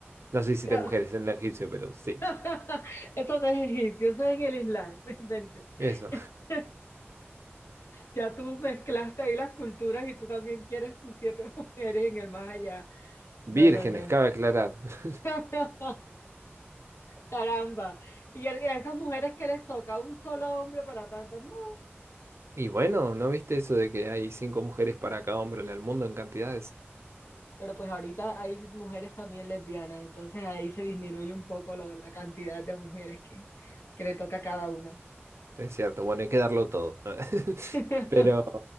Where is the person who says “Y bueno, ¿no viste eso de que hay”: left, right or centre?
Right